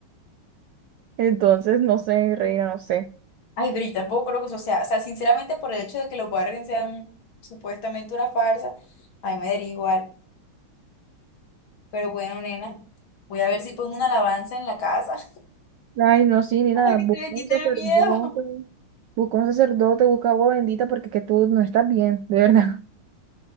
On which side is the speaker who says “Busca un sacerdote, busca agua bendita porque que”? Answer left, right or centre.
Right